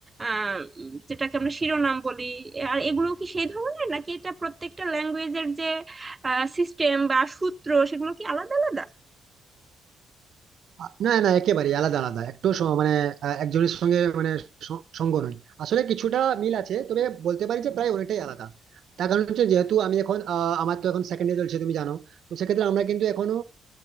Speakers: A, on the right; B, on the right.
A: আহ উম, যেটাকে আমরা শিরোনাম বলি আর এগুলো কি সেই ধরনের নাকি এটা প্রত্যেকটা ল্যাঙ্গুয়েজের যে সিস্টেম বা সূত্র সেগুলো কি আলাদা আলাদা
B: আ- না না একেবারে আলাদা আলাদা একটু স- মানে আহ, একজনের সঙ্গে মানে স- সঙ্গ নয় আসলে কিছুটা মিল আছে তবে বলতে পারি যে প্রায় অনেকটাই আলাদা তার কারণ হচ্ছে যেহেতু আমি এখন আহ, আমার তো এখন সেকেন্ড ইয়ার চলছে তুমি জানো তো সেক্ষেত্রে আমরা কিন্তু এখনো